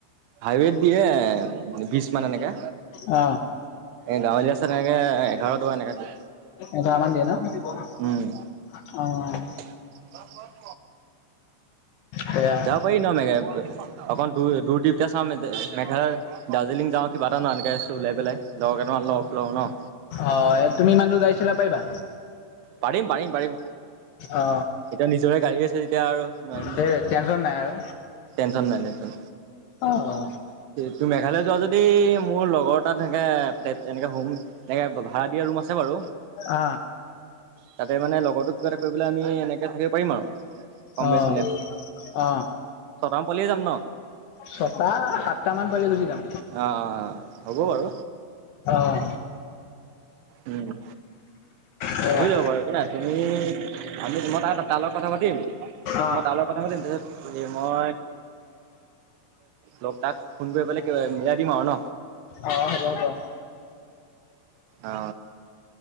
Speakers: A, on the right; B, on the left.
A: হাইৱেত দিয়ে বিশ মান এনেকে।
B: অ
A: এ গাঁৱলীয়া আছে এনেকে এঘাৰ দহ এনেকে দিয়ে।
B: এঘাৰ মান দিয়ে ন
A: উম।
B: অ।
A: <unintelligible> <unintelligible>
B: সেয়া
A: যাব পাৰি ন মেঘা অকন দূ দূৰ ট্ৰিপ। এতিয়া চাওঁ ম মেঘালয় দাৰ্জিলিং যাওঁ কিবা এটা ন এনেকৈ আছোঁ ওলাই পেলাই লগৰ কেইটামান লগ লওঁ ন।
B: অ তুমি ইমানটো গাড়ী চলাব পাৰিবা?
A: পাৰিম পাৰিম পাৰিম
B: অ
A: এতিয়া নিজৰে গাড়ী আছে যেতিয়া আৰু। নোৱাৰিম
B: সেয়ে
A: নে
B: টেনচন নাই আৰু।
A: টেনচন নাই টেনচন।
B: অ অ।
A: তোৰ মেঘালয় যোৱা যদি মোৰ লগৰ তাত সনেকে এনেকে এনেকে ভাড়া দিয়া ৰুম আছে বাৰু।
B: অ।
A: তাতে মানে লগতো কিবা এটা কৰি পেলাই আমি এনেকে থাকিব পাৰিম আৰু। কম
B: আহ
A: বেচ
B: অ।
A: ন পালিয়ে যাম ন।
B: ছটা সাতটা মান। গুচি যাম
A: অ অ হ'ব বাৰু
B: আহ।
A: উম
B: সেয়া
A: ভাবি যাব পাৰু তুমি আমি তো মই তাত তালত কথা পাতিম।
B: অ
A: মই তাৰ লগত কথা সুধম মই লগ তাক ফোন কৰি পেলাই কিবা মিলাই দিম আৰু ন।
B: অ হব হব।
A: অ।